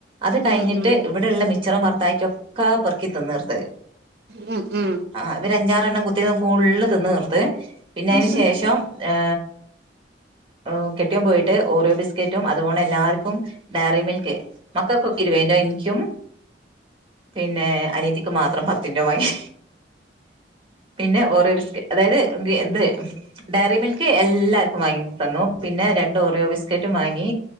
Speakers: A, on the right (about 30°); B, on the right (about 60°).
A: അത് കഴിഞ്ഞിട്ട്
B: ഉം ഉം
A: ഇവടള്ള മിച്ചറും വർത്തായ്ക്കിം ഒക്കെ പൊർക്കി തിന്ന് തിത്ത്.
B: ഉം ഉം.
A: ആഹ് ഇവരഞ്ചാറെണ്ണം കുത്തിരിന്ന് ഫുള്ള് തിന്ന് തീർത്ത്. പിന്നെ
B: ഉം
A: അയിന് ശേഷം ഏ ഉം. കെട്ട്യോൻ പോയിട്ട് ഓറിയോ ബിസ്കേറ്റും അതുപോണം എല്ലാർക്കും ഡയറി മിൽക്ക് മക്കൾക്കൊക്കെ ഇരുപേന്റേം ഇൻക്ക്യും പിന്നേ അനിയത്തിക്കും മാത്രം പത്തിന്റൊം വാങ്ങി പിന്നെ ഓറിയോ ബിസ്കറ്റ് അതായത് ദ് ന്ത് ഡയറി മിൽക്ക് എല്ലാ എല്ലാർക്കും വാങ്ങി തന്നു. പിന്നെ രണ്ട് ഓറിയോ ബിസ് കേറ്റും വാങ്ങി.